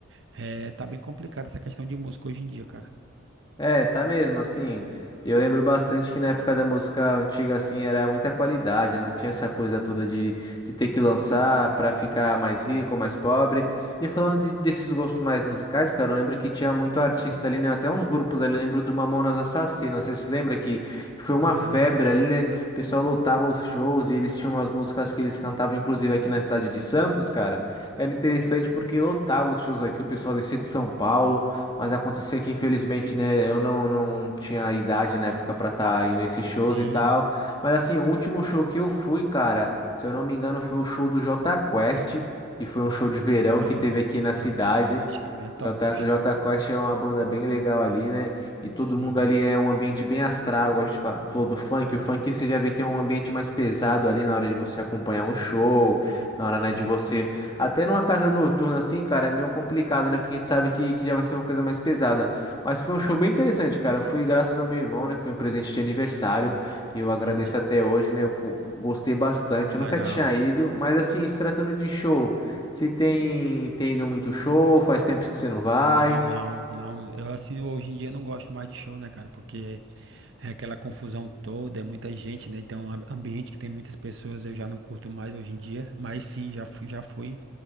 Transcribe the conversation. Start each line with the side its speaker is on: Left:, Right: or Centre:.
Right: é, tá bem complicado essa questão de música hoje em dia, cara.
Left: É, tá mesmo, assim. Eu lembro bastante que na época da música antiga, assim, era muita qualidade, né, não tinha essa coisa toda de, de ter que lançar pra ficar mais rico, mais pobre. E falando de- desses gostos mais musicais, cara, eu lembro que tinha muito artista ali, né? Até uns grupos ali, eu lembro do Mamonas Assassinas, você se lembra que foi uma
Right: Ah,
Left: febre ali, né? O pessoal lotava os shows e eles tinham as músicas que eles cantavam, inclusive aqui na cidade de Santos, cara. Era interessante porque lotava os shows aqui, o pessoal descia de São Paulo. Mas acontecia que, infelizmente, né, eu não, não tinha idade na época pra estar indo a esses shows
Right: sim.
Left: e tal. Mas, assim, o último show que eu fui, cara, se eu não me engano, foi o show do Jota Quest, que foi um show de verão
Right: A
Left: que teve aqui na
Right: Jota
Left: cidade.
Right: Quest também é top.
Left: Jota, Jota Quest é uma banda bem legal ali, né? E todo
Right: Sim,
Left: mundo ali é um ambiente bem astral. igual A gente fa- falou do funk. O funk você já vê que é um ambiente mais pesado ali na hora de você acompanhar um show, na hora,
Right: sim,
Left: né, de você
Right: sim.
Left: até numa casa noturna assim, cara, é meio complicado, né? Porque a gente sabe que, que já vai ser uma coisa mais pesada. Mas foi um show bem interessante, cara. Eu fui graças ao meu irmão, né? Foi um presente de aniversário e eu agradeço
Right: Entendi.
Left: até hoje, né? Eu go- gostei bastante.
Right: Legal.
Left: Eu nunca tinha ido, mas assim, se tratando de show, se tem, tem ido muito show, faz tempo que você não vai.
Right: Não, não, não. Eu assim, hoje em dia não gosto mais de show, né, cara? Porque é aquela confusão toda, é muita gente, né? Então, a- ambiente que tem muitas pessoas, eu já não curto mais hoje em dia, mas sim, já fui, já fui